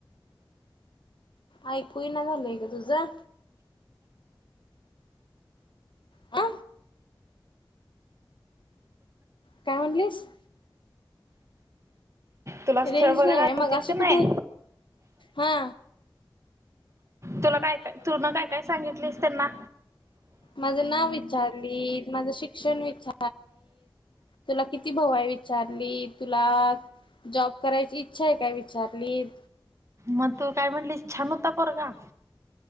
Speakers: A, on the left; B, on the right.
A: ऐकू ही ना झालंय गं तुझा. अ काय म्हटलीस?
B: तुला
A: रेंज
B: स्थळ बघायला
A: नाही आहे
B: आलतीत
A: मगाशी
B: का नाही
A: कुठे हो हा.
B: तुला काय काय तुनं काय काय सांगितलीस त्यांना?
A: माझं नाव विचारली माझा विचारलीत. तुला किती भाऊ आहे विचारली तुला जॉब करायची इच्छा आहे काय विचारलीत
B: मग तू काय म्हटलीस छान होता पोरगा?